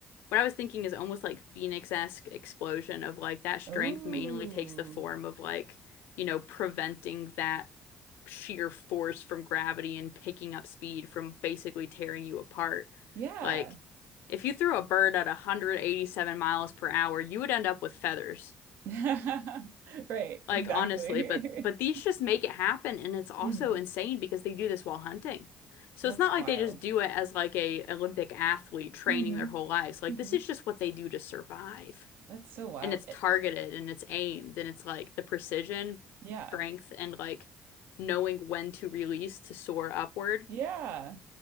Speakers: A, on the left; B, on the right.
A: what I was thinking is almost like Phoenix-esque explosion of like that strength
B: Oh.
A: mainly takes the form of like you know preventing that sheer force from gravity and picking up speed from basically tearing you apart.
B: Yeah.
A: Like, if you threw a bird at 187 miles per hour, you would end up with feathers.
B: <laughs> Right,
A: Like,
B: exactly.
A: honestly, but but these
B: <laughs>
A: just make it happen, and it's also
B: Mm-hmm.
A: insane because they do this while hunting. So
B: That's
A: it's not like
B: wild.
A: they just do it as like a Olympic athlete training
B: Mm-hmm.
A: their whole lives. Like,
B: Mm-hmm.
A: this is just what they do to survive
B: That's so wild.
A: and it's targeted
B: It,
A: and it's aimed and it's like the precision,
B: yeah.
A: strength, and like knowing when to release to soar upward.
B: Yeah.